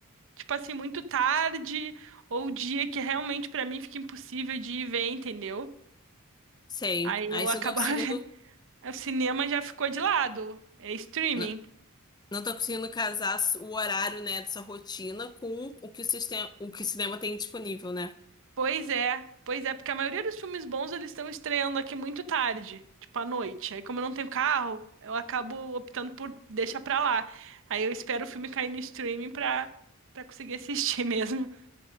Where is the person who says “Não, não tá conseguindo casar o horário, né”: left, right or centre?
Left